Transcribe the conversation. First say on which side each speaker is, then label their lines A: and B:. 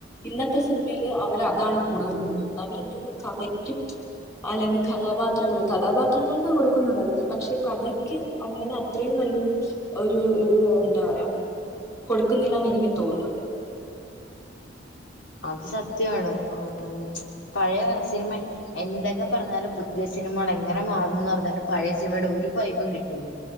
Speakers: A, on the left (about 15°); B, on the left (about 85°).
A: ഇന്നത്തെ സിനിമയില് അവര് അതാണ് കൂടുതലും നോക്കുന്നത് അവരെപ്പഴും കഥയ്ക്കും അല്ലെങ്കിൽ കഥാപാത്രങ്ങൾ കഥാപാത്രങ്ങൾക്ക് കൊടുക്കുന്നുണ്ടായിരിക്കും പക്ഷെ കഥയ്ക്ക് അങ്ങനെ അത്രയും നല്ലൊരു ഒരു ഇത് എന്താ പറയാ കൊടുക്കുന്നില്ലാന്ന് എനിക്ക് തോന്നുന്നുണ്ട്
B: അത് സത്യവാണ് ഉം പഴയ സിനിമ എന്തൊക്കെ പറഞ്ഞാലും പുതിയ സിനിമകള് എങ്ങനെ മാറൂന്ന് പറഞ്ഞാലും പഴയ സിനിമയുടെ ഒരു വൈബും കിട്ടൂല്ലാ